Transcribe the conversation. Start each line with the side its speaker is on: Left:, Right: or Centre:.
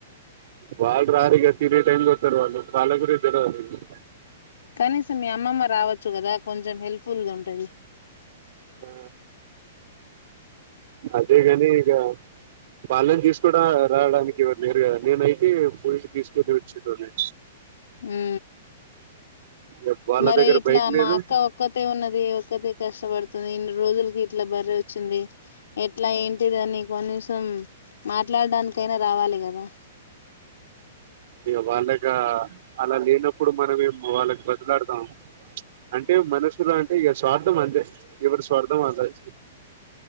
Right: వాళ్ళు రారు ఇగ తినే టైమ్కి వస్తారు వాళ్ళు వాళ్ళ గురించి తెలవదు
Left: కనీసం మీ అమ్మమ్మ రావచ్చు కదా కొంచెం హెల్ప్గా ఉంటది
Right: ఆ అదేగాని ఇగ వాళ్ళని తీసుకోడ రావడానికి ఎవరు లేరు కదా నేనయితే పోయి తీసుకొని వచ్చేటోన్ని
Left: ఊ
Right: ఇగ వాళ్ళ
Left: మరి
Right: దగ్గర
Left: ఇట్లా
Right: బైక్ లేదు
Left: మా అక్క ఒక్కతే ఉన్నది ఒక్కతే కష్టపడుతుంది ఇన్ రోజులుకి ఇట్లా బర్రె వచ్చింది ఎట్లా ఏంటిది అని కొనీసం మాట్లాడానికైనా రావాలి కదా
Right: ఇగ వాళ్ళగా అలా లేనప్పుడు మనమేం వాళ్ళని బతిమిలాడుతాం అంటే మనసులో అంటే ఇగ స్వార్థం అంతే ఎవరి స్వార్థం వాళ్ళది